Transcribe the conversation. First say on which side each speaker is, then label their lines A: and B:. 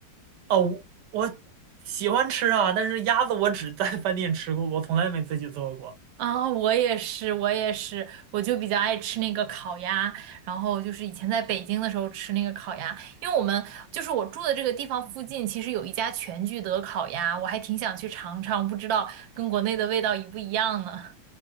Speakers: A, on the right; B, on the right.
A: 哦，我喜欢吃啊，但是鸭子我只在饭店吃过，我从来没自己做过。
B: 啊，我也是，我也是，我就比较爱吃那个烤鸭，然后就是以前在北京的时候吃那个烤鸭，因为我们就是我住的这个地方附近，其实有一家全聚德烤鸭，我还挺想去尝尝，不知道跟国内的味道一不一样呢。